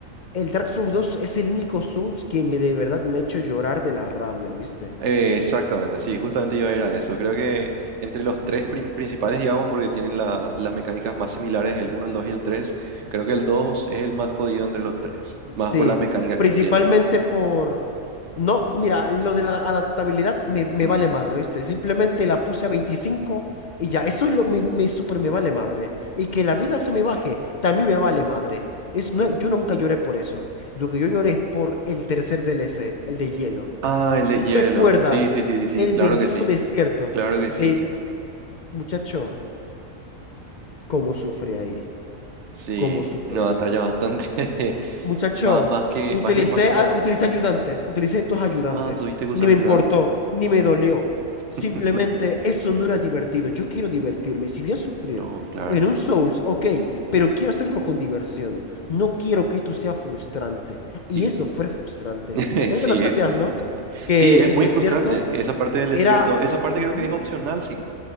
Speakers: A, on the left (about 50°); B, on the right (about 65°).
A: el Dark Souls dos es el único Souls que me de verdad me ha hecho llorar de la rabia, ¿viste?
B: Eh, exactamente, sí, justamente iba a ir a eso. Creo que entre los tres prim- principales, digamos, porque tienen la- las mecánicas más similares, el uno, el 2 y el 3. creo que el 2 es el más jodido entre los tres, más
A: Sí,
B: por las mecánicas
A: principalmente
B: que tiene. que-
A: por... No, mira, lo de la adaptabilidad me, me
B: Ujú.
A: vale madre, ¿oíste? Simplemente la puse a 25 y ya, eso es lo me, me súper me vale madre. Y que la vida se me baje, también me vale madre. Es, no, yo nunca lloré por eso. Lo que yo lloré es por el tercer D L C el de hielo.
B: Ah, el de hielo.
A: ¿Recuerdas
B: Sí, sí, sí, sí, sí,
A: el
B: claro
A: bendito
B: que sí,
A: desierto
B: claro que
A: de,
B: sí.
A: de- Muchacho, cómo sufre ahí,
B: Sí,
A: cómo sufre
B: una batalla
A: ahí.
B: bastante... <laughs>
A: Muchacho,
B: más, más que,
A: utilicé,
B: más que, más con
A: a-
B: la... cor-
A: utilicé ayudantes, utilicé dos ayudantes.
B: Ah, tuviste que usar
A: Ni me
B: ayudante.
A: importó, ni me dolió. Simplemente
B: <laughs>
A: eso no era divertido. Yo quiero divertirme. Si voy a sufrir
B: No, claro.
A: en un Souls, ok, pero quiero hacerlo con diversión. No quiero que esto sea frustrante. Y
B: Y
A: eso fue frustrante.
B: <laughs>
A: Creo
B: sí,
A: que lo sabías,
B: es muy
A: ¿no?
B: frustrante.
A: Que
B: Sí, es muy
A: el desierto
B: frustrante esa parte del
A: era,
B: desierto. Esa parte
A: Ujú.
B: creo que es opcional, sí.